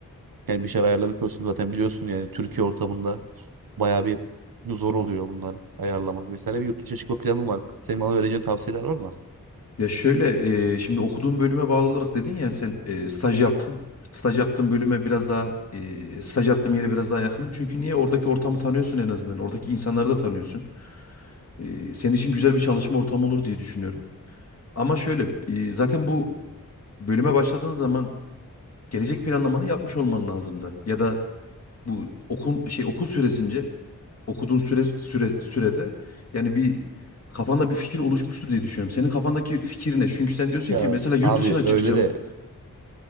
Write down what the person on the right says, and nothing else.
Yani bir şeyler ayarlamaya çalışıyorum zaten biliyorsun yani Türkiye ortamında bayağı bir zor oluyor bunlar ayarlamak vesaire. Bir yurt dışına çıkma planım var. Senin bana vereceğin tavsiyeler var mı?
Ya
abi
öyle
de